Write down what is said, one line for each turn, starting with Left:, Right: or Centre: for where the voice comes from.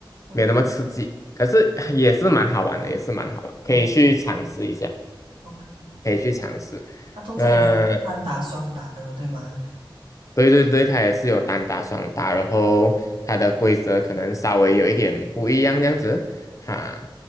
Right: 哦。
Left: 没有那么刺激，可是也是蛮好玩的，也是蛮好玩，
Right: 哦
Left: 可以去尝试一下。
Right: OK，
Left: 可以去尝试。
Right: 那通常也是单打双打的，
Left: 那
Right: 对吗？
Left: 对对对，它也是有单打、双打，然后它的规则可能稍微有一点不一样这样子哈。